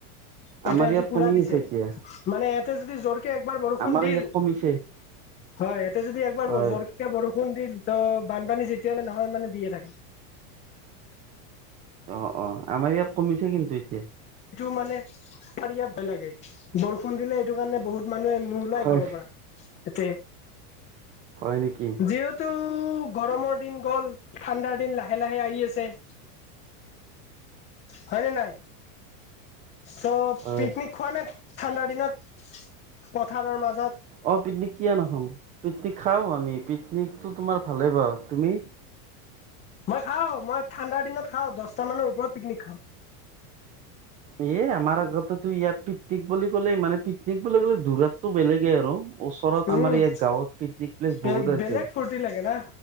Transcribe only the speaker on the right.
আমাৰ
ইয়াত
কমি
আছে এতিয়া
আমাৰ
ইয়াত কমিছে
হয়
অ অ আমাৰ ইয়াত কমিছে কিন্তু এতিয়া।
হয়
হয় নেকি।
হয়
অঁ পিকনিক কিয় নাখাম পিকনিক খাওঁ আমি পিকনিকটো তোমাৰ ভালেই বাও তুমি।
এ আমাৰ আগতেতো ইয়াত পিকনিক বুলি ক'লে মানে পিকনিক বুলি ক'লে ধূৰাতটো বেলেগেই আৰু। ওচৰত
আমাৰ ইয়াত গাঁৱত পিকনিক প্লেচ
বহুত আছে